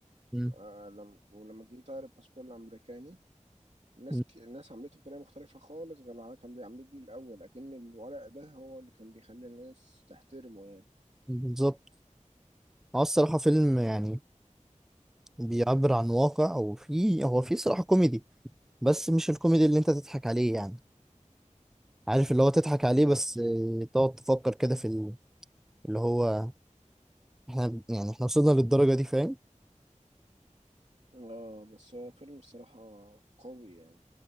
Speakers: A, in the centre; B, on the right (about 60°).
A: م-
B: آه لما ولما جه يطير الباسبور الامريكاني الناس
A: م-
B: ك... الناس عملته بطريقه مختلفه خالص غير اللي كان بيعملوه بيه الاول لكن الورق ده هو اللي كان بيخلي الناس تحترمه يعني
A: بالظبط هو الصراحه فيلم يعني بيعبر عن واقع وفي هو في صراحه كوميدي بس مش الكوميدي اللي انت تضحك عليه يعني عارف اللي هو تضحك عليه
B: خلاص
A: بس آه، تقعد تفكر كده في ال- اللي هو احنا يعني احنا وصلنا للدرجه دي فاهم
B: اه بس هو فيلم الصراحه قوي يعني